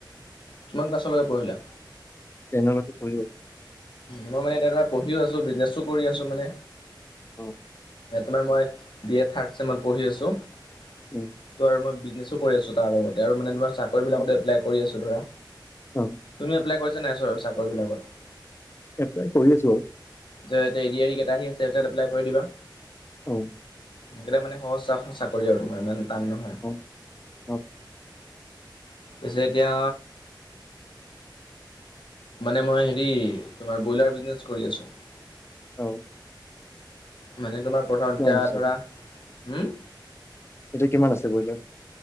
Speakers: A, on the left; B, on the left.
A: কিমান ক্লাছলৈকে পঢ়িলা?
B: টেনলৈকে পঢ়িলো।
A: মই মানে দাদা পঢ়িও আছোঁ, বিজনেছো কৰি আছো মানে।
B: অ',
A: তোমাৰ মই বি এ থাৰ্ড চেমত পঢ়ি আছোঁ ত'
B: উম
A: আৰু মই বীজনেচ তো কৰি আছো তাৰ লগতে আৰু মানে তোমাৰ চাকৰি বিলাকত
B: অ
A: এপ্লাই কৰি আছো ধৰা।
B: অ',
A: তুমি এপ্লাই কৰিছা নাই চ-চাকৰিবলাকত?
B: এপ্লাই কৰি আছো বাৰু।
A: যে, এতিয়া এ ডি আৰি গেট আহি আছে তাত এপ্লাই কৰি দিবা।
B: উম,
A: সেকেইটা মানে সহজ <unintelligible> চাকৰি আৰু তোমাৰ ইমান টান নহয়।
B: অ অ
A: পিছে এতিয়া মানে মই হেৰি তোমাৰ বইলাৰ বিজনেছ কৰি আছোঁ।
B: অ',
A: মানে তোমাৰ প্ৰথম
B: কিমান
A: এতিয়া
B: আছে
A: ধৰা উম,
B: এতিয়া কিমান আছে বইলাৰ?